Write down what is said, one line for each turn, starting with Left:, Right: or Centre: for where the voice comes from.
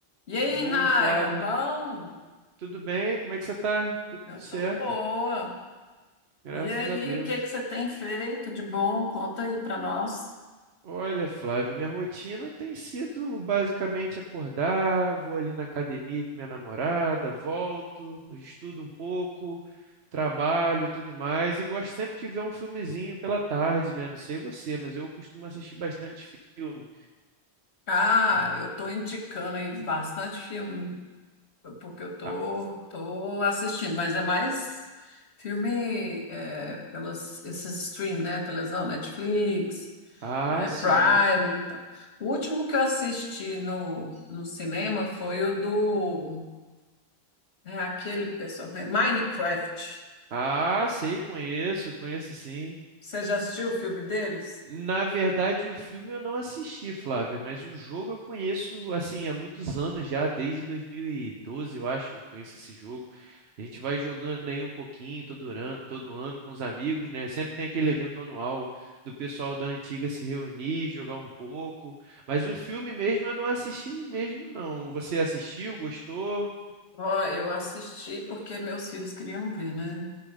Left: E aí,
Right: Oi,
Left: Raia,
Right: Flávia,
Left: bom?
Right: tudo bem? Como é que você tá? Tudo
Left: Eu
Right: certo,
Left: tô boa.
Right: graças
Left: E aí,
Right: a Deus.
Left: o que que você tem feito de bom? Conta aí pra nós.
Right: Olha, Flávia, minha rotina tem sido basicamente acordar, vou ali na academia com minha namorada, volto, estudo um pouco, trabalho e tudo mais, e gosto sempre de ver um filmezinho pela tarde, né? Não sei você, mas eu costumo assistir bastante filme.
Left: Ah,
Right: É.
Left: eu tô indicando aí bastante filme, porque eu tô,
Right: Ah,
Left: tô assistindo, mas é mais filme é, pelos esses stream, né? Televisão, Netflix,
Right: ah,
Left: é, Prime.
Right: sim.
Left: Então. O último que eu assisti no, no cinema foi o do é aquele pessoal, né? Minecraft.
Right: Ah, sei, conheço, conheço sim.
Left: Você já assistiu o filme deles?
Right: Na verdade, o filme eu não assisti, Flávia, mas o jogo eu conheço assim há muitos anos já, desde 2012, eu acho, eu conheço esse jogo. A gente vai jogando aí um pouquinho todo ano, todo ano com os amigos, né? Sempre tem aquele evento anual do pessoal da antiga se reunir, jogar um pouco. Mas o filme mesmo eu não assisti mesmo, não. Você assistiu, gostou?
Left: Ó, eu assisti porque meus filhos queriam ver, né?